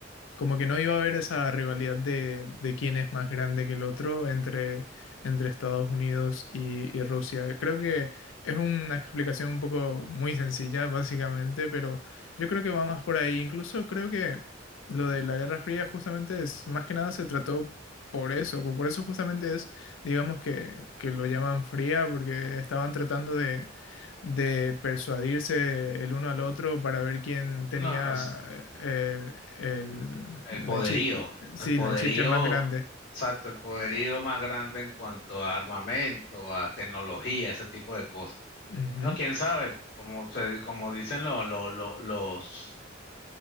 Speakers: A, on the left; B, on the left.
A: Como que no iba a haber esa rivalidad de, de quién es más grande que el otro entre, entre Estados Unidos y, y Rusia. Creo que es una explicación un poco muy sencilla, básicamente, pero yo creo que va más por ahí. Incluso creo que lo de la Guerra Fría justamente es, más que nada se trató por eso. Por eso justamente es, digamos que, que lo llaman fría, porque estaban tratando de de persuadirse el uno al otro para ver quién tenía
B: No, o sea,
A: eh, el-
B: El
A: la
B: poderío,
A: chi- sí,
B: el poderío,
A: la chicha más grande.
B: exacto, el poderío más grande en cuanto a armamento, a tecnología, ese tipo de cosas.
A: Ujú,
B: Bueno, quién sabe, como se, como dicen lo- lo- lo- los,